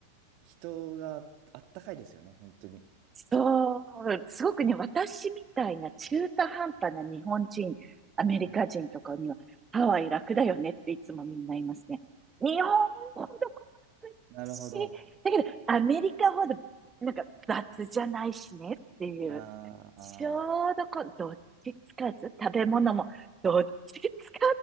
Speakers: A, on the right; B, on the right.
A: ー、人があったかいですよね、本当に。
B: そう、すごくね、私みたいな中途半端な日本人、アメリカ人とかには、
A: はい
B: ハワイ楽だよねっていつもみんな言いますね。日本ほど細かくないし、
A: なるほど。
B: だけどアメリカほどなんか雑じゃないしねっていう、
A: あ
B: ちょうどこう、どっちつかず、食べ物もどっちつか